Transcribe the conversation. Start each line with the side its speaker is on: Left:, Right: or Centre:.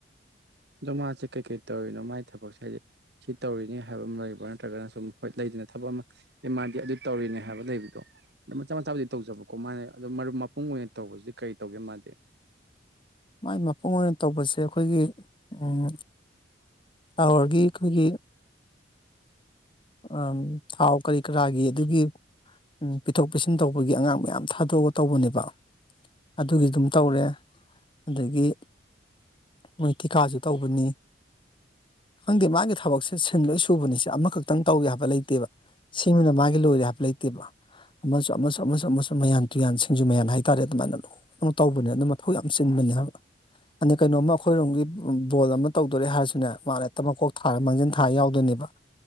Right: ꯑꯗꯣ ꯃꯥꯁꯦ ꯀꯩꯀꯩ ꯇꯧꯔꯤꯅꯣ ꯃꯥꯏ ꯊꯕꯛꯁꯦ ꯍꯥꯏꯗꯤ ꯁꯤ ꯇꯧꯔꯤꯅꯤ ꯍꯥꯏꯕ ꯑꯃ ꯂꯩꯕ꯭ꯔꯥ ꯅꯠꯇ꯭ꯔꯒꯅ ꯁꯨꯝ ꯍꯣꯏ ꯂꯩꯗꯅ ꯊꯕꯛ ꯑꯃ ꯑꯦ ꯃꯥꯗꯤ ꯑꯗꯨ ꯇꯧꯔꯤꯅꯦ ꯍꯥꯏꯕ ꯂꯩꯕꯗꯣ ꯑꯗꯨ ꯃꯆꯥ ꯃꯆꯥꯕꯨꯗꯤ ꯇꯧꯖꯕꯀꯣ ꯃꯥꯅꯦ ꯑꯗꯣ ꯃꯔꯨꯞ ꯃꯄꯨꯡ ꯑꯣꯏꯅ ꯇꯧꯕꯁꯤꯗꯤ ꯀꯔꯤ ꯇꯧꯒꯦ ꯃꯥꯗꯤ
Left: ꯃꯥꯏ ꯃꯄꯨꯡ ꯑꯣꯏꯅ ꯇꯧꯕꯁꯦ ꯑꯩꯈꯣꯏꯒꯤ ꯎꯡ ꯇꯥꯋꯔꯒꯤ ꯑꯩꯈꯣꯏꯒꯤ ꯑꯡ ꯊꯥꯎ ꯀꯔꯤ ꯀꯔꯥꯒꯤ ꯑꯗꯨꯒꯤ ꯎꯝ ꯄꯤꯊꯣꯛ ꯄꯤꯁꯤꯟ ꯇꯧꯕꯒꯤ ꯑꯉꯥꯡ ꯃꯌꯥꯝ ꯊꯥꯗꯣꯛꯑꯒ ꯇꯧꯕꯅꯦꯕ ꯑꯗꯨꯒꯤꯗꯨꯝ ꯇꯧꯔꯦ ꯑꯗꯒꯤ ꯃꯣꯏ ꯊꯤꯀꯥꯁꯨ ꯇꯧꯕꯅꯤ ꯈꯪꯗꯦ ꯃꯥꯒꯤ ꯊꯕꯛꯁꯦ ꯁꯤꯟ ꯂꯣꯏ ꯁꯨꯕꯅꯤꯁꯦ ꯑꯃꯈꯛ ꯈꯤꯇꯪ ꯇꯧꯋꯤ ꯍꯥꯏꯕ ꯂꯩꯇꯦꯕ ꯁꯤꯃꯅ ꯃꯥꯒꯤ ꯂꯣꯏꯔꯦ ꯍꯥꯏꯕ ꯂꯩꯇꯦꯕ ꯑꯃꯁꯨ ꯑꯃꯁꯨ ꯑꯃꯁꯨ ꯑꯃꯁꯨ ꯃꯌꯥꯟ ꯇꯨꯌꯥꯟ ꯁꯤꯡꯖꯨ ꯃꯌꯥꯟ ꯍꯥꯏꯇꯥꯔꯦ ꯑꯗꯨꯃꯥꯏꯅ ꯂ ꯇꯧꯕꯅꯦ ꯑꯗꯨ ꯃꯊꯧ ꯌꯥꯝ ꯆꯤꯟꯕꯅꯦ ꯍꯥꯏꯕ ꯑꯗ ꯀꯩꯅꯣꯃ ꯑꯩꯈꯣꯏꯔꯣꯝꯒꯤ ꯕꯣꯜ ꯑꯃ ꯇꯧꯗꯣꯔꯦ ꯍꯥꯏꯔꯁꯅꯦ ꯃꯥꯅ ꯍꯦꯛꯇ ꯃꯀꯣꯛ ꯊꯥꯔ ꯃꯥꯡꯖꯤꯟ ꯊꯥ ꯊꯥ ꯌꯥꯎꯗꯣꯏꯅꯦꯕ